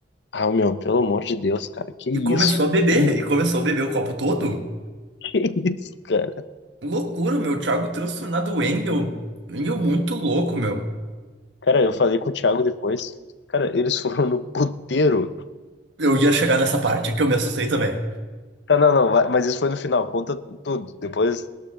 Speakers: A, on the left; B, on the right.
A: ah, meu, pelo amor de Deus, cara, que isso?
B: E começou a beber,
A: <laughs>
B: e começou a beber o copo todo.
A: Que isso, cara?
B: Loucura, meu, o Thiago transtornado, o Engel, o Engel muito louco, meu.
A: Cara, eu falei com o Thiago depois. Cara, eles foram no puteiro.
B: Eu ia chegar nessa parte que eu me assustei também.
A: Tá, não, não, vai, mas isso foi no final, conta tudo. Depois,